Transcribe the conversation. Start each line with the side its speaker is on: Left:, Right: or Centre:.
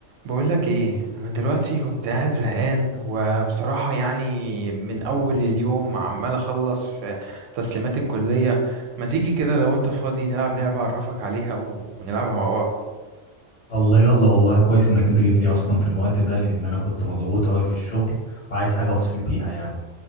Right: بقولك ايه انا دلوقتي كنت قاعد زهقان وبصراحة يعني من اول اليوم عمال اخلص في تسليمات الكلية ما تيجي كده لو انت فاضي نلعب لعبة اعرفك عليها و- ونلعبها مع بعض
Left: الله يلا والله كويس انك انت جيت لي اصلا في الوقت ده لان انا كنت مضغوط قوي في الشغل وعايز حاجه افصل بيها يعني